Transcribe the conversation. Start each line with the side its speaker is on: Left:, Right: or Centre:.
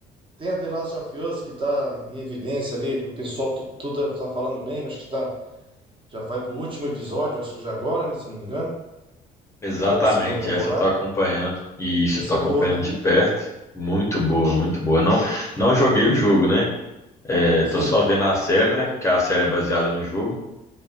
Right: Tem a The Last of Us que tá em evidência ali, que o pessoal tudo, tudo tá tá falando bem. que Acho que tá, já vai pro último episódio, acho que já agora, né? Se eu não me engano.
Left: Exatamente.
Right: É da segunda temporada.
Left: Essa eu tô acompanhando. E isso,
Right: Essa
Left: eu tô acompanhando
Right: é boa, né?
Left: de perto. Muito boa, muito boa. Não, não joguei o jogo, né? É,
Right: Sim.
Left: tô só vendo a série, né? Porque a série é baseada no jogo.